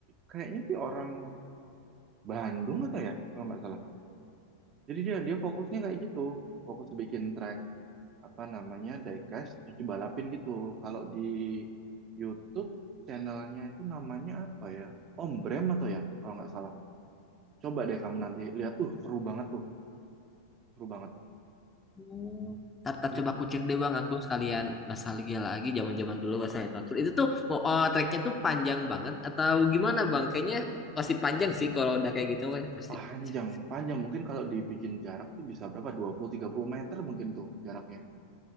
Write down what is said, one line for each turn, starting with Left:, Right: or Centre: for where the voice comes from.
Right: kayaknya sih orang Bandung atau ya kalau nggak salah. Jadi dia dia fokusnya kayak gitu, fokus bikin track apa namanya diecast terus dibalapin gitu. Kalau di YouTube channelnya itu namanya apa ya? Om Brem atau ya kalau nggak salah. Coba deh kamu nanti lihat, uh seru banget tuh, seru banget
Left: Oh. Tar, tar,
Right: gitu.
Left: coba aku cek deh bang, aku sekalian nostalgia lagi zaman-zaman dulu pas naik Fatul. Itu tuh mau oh, treknya tuh panjang banget atau gimana bang? Kayaknya pasti panjang sih kalau udah kayak gitu pasti pasti.
Right: Panjang,
Left: panjang.
Right: panjang mungkin kalau dibikin jarak tuh bisa berapa? dua puluh tiga puluh meter mungkin tuh jaraknya.